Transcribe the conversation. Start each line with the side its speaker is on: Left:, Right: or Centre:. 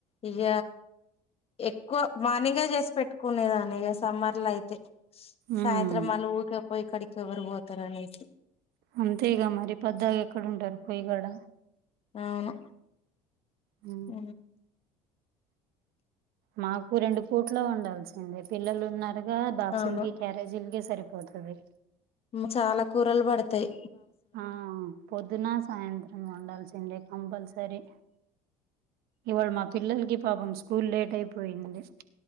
Left: ఇగ ఎక్కువ మాన్నింగే చేసి పెట్టుకునే దాన్ని ఇగ స్ సమ్మర్ లో అయితే
Right: ఉమ్
Left: సాయంత్రం మళ్ళ ఊరికే పోయి ఎక్కడికి ఎవరు పోతారు అనేసి
Right: అంతేగా మరి పద్దాగ ఎక్కడు ఉంటారు పొయి గోడ
Left: అవును
Right: ఊ
Left: అ
Right: మాకు రెండు పూట్లో వండాల్సిందే పిల్లలు ఉన్నారుగా బాక్సులకి
Left: అవును
Right: క్యారేజీలకి సరిపోత అది
Left: మ్ చాలా కూరలు పడ్ తాయి
Right: ఆ పొద్దున సాయంత్రం వండాల్సిందే కంపల్సరీ ఇవాళ మా పిల్లల్ కి పాపం స్కూల్ లేట్ అయిపోయింది